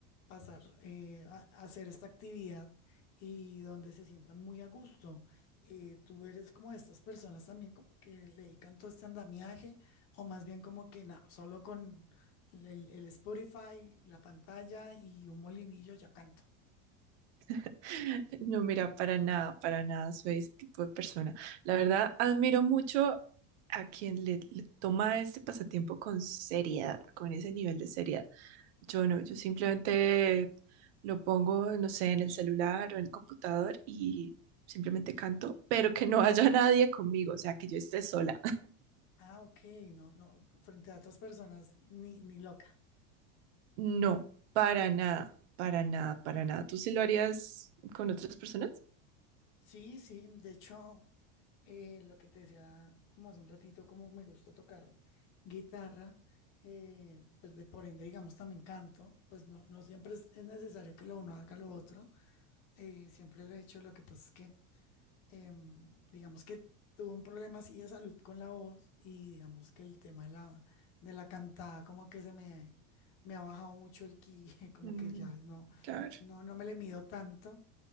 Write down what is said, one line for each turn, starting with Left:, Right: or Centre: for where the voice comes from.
Left: pasar, eh, a, a hacer esta actividad y donde se sientan muy a gusto. Eh, tú eres como de estas personas también como que le dedican todo este andamiaje. O más bien como que no, solo con el, el Spotify, la pantalla y un molinillo ya canto.
Right: <laughs> No, mira, para nada, para nada soy ese tipo de persona. La verdad, admiro mucho a quien le, le toma este pasatiempo con seriedad, con ese nivel de seriedad. Yo no, yo simplemente lo pongo, no sé, en el celular o en el computador y simplemente canto, pero que no haya nadie conmigo, o sea, que yo esté sola.
Left: Ah, ok, no, no, frente a otras personas, ni, ni loca.
Right: No, para nada, para nada, para nada. ¿Tú sí lo harías con otras personas?
Left: Sí, sí, de hecho, eh, lo que te decía como hace un ratito, como me gusta tocar guitarra, eh, pues de por ende, digamos, también canto, pues no, no siempre es, es necesario que lo uno haga lo otro, eh, siempre lo he hecho, lo que pasa es que em, digamos que tuvo un problema así de salud con la voz y digamos que el tema de la, de la cantada como que se me, me ha bajado mucho el ki, <laughs> como
Right: Mm,
Left: que ya no,
Right: claro.
Left: no, no me le mido tanto.